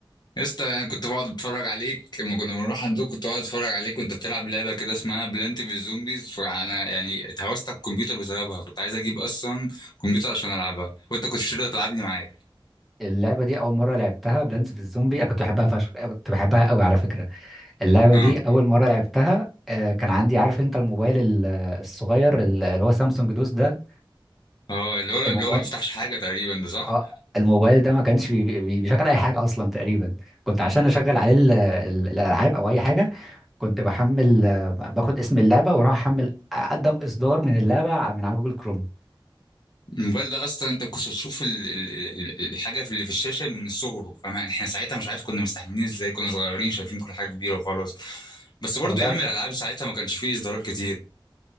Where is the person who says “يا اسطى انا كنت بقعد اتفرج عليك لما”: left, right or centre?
Left